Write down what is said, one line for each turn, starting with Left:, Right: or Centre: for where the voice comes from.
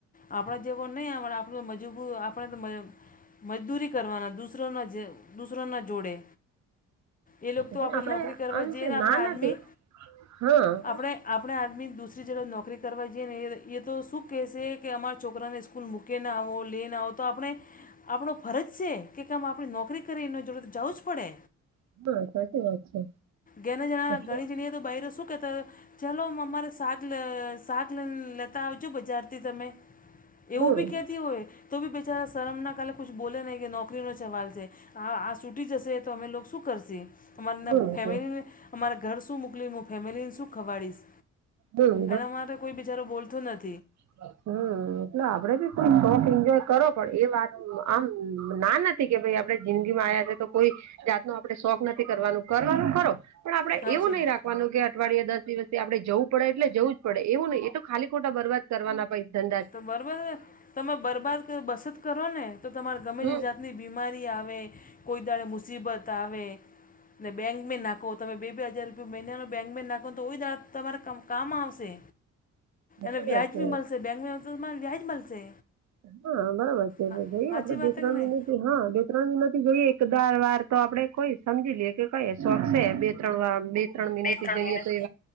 Left: આપણા જેવો નઈ આવડા આપ તો મજબૂર આપણે તો મ મજદૂરી કરવાના દૂસરોના જેમ. દુસરોના જોડે એ લોકતો
Right: પણ
Left: આપણે
Right: આપડે
Left: નોકરી કરવા
Right: આમ
Left: જઈએ
Right: છે
Left: ને આપણે
Right: ના નથી
Left: આદમી
Right: હા.
Left: આપણે આપણે આદમી દૂસરી જગહ નોકરી કરવા જઈએ ને એ એ તો શું કહેશે કે અમારા છોકરાને સ્કૂલ મૂકીને આવો લેને આવો આપણે આપણો ફરજ સે. કે કેમ આપણી નોકરી કરી એની જોડે તો જવું જ પડે
Right: હા સાચી વાત છે
Left: ઘેના જણા
Right: એટલે
Left: ઘણી જણી બૈરૂ શું કેતા ચાલો અમારે શાક શાક લેતા આવજ જો બજારથી તમે, એવું
Right: હમ
Left: બી કેતી હોય તો બી બેચારા શરમના કાલે કુછ બોલે નહીં કે નોકરીનો સવાલ છે હા આ છૂટી જશે તો અમે લોક શું કરશે? અમારેના
Right: હમ હમ
Left: ફેમિલીને અમારા ઘર શું મોકલી, હું ફેમિલીને શું ખવાડીશ.
Right: હમ
Left: એના માટે કોઈ બિચારો બોલતો નથી.
Right: હા. હમ્મ, એટલે આપડે બી થો શોખ એન્જોય કરો પણ એ વાત આમ ના ન થી કે ભાઈ આપડે જિંદગીમાં આવ્યા છે તો કોઈ જાત નો આપડે શોખ નથી કરવાનું, કરવાનું ખરો પણ આપડે
Left: સાચી
Right: એવું નઈ રાખવાનું કે અઠવાડયે દસ દિવસથી આપડે જવું જવું પડે એટલે જવું જ પડે એવું નહીં એ તો ખાલી ખોટા બરબદ કરવાના પૈસા
Left: તો બરોબર તમે બરબાર બસત કરો ને તો તમારે ગમે
Right: હમ
Left: તે જાતની બીમારી આવે કોઈ દાડે મુસીબત આવે, ને બેંકભી નાખો તમે બે બે હજાર રૂપિયા મહિનાનો બેંક મેન નાખો તો <unintelligible> તમારે કામ આવશે
Right: સાચી
Left: એને વ્યાજ
Right: વાત છે
Left: ભી મળશે, બેંકમાં હશે તો વ્યાજ મળશે.
Right: હા બરાબર છે
Left: હા
Right: ભાઈ
Left: સાચી
Right: આપડે બે
Left: વાત છે
Right: ત્રણ
Left: કે નહીં
Right: મિનિટ હા બે ત્રણ વિમાંથી જોઈએ એક દર વાર તો આપડે કોઈ સમજી લઈએ કે કઈ શોખ છે બે ત્રણ વાર બે ત્રણ મહિનાથી
Left: ત્રણ
Right: જઈએ
Left: મિનિટ
Right: તો એ